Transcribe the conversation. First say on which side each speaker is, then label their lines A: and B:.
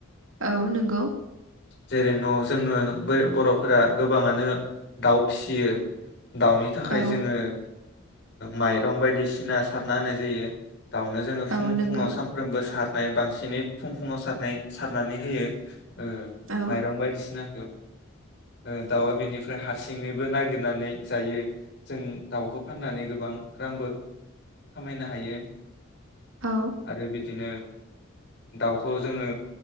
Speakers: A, on the right; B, on the left.
A: औ नंगौ
B: जेरै न' जोङो बर'फोरा गोबाङानो दाउ फिसियो दाउनि थाखाय
A: औ
B: जोङो माइरं बायदिसिना सारना होनाय जायो। दाउनो जोङो फुं
A: औ नंगौ
B: फुङाव साम बो सारनाय बांसिनै फुं फुङाव सारनाय सारनानै होयो। ओ
A: औ
B: माइरं बायदिसिना <unintelligible> दाउआ बेनिफ्राय हारसिङैबो नागिरनानै जायो जों दाउखौ फाननानै गोबां रांबो खामायनो हायो।
A: औ
B: आरो बि दिनो दाउखौ जोङो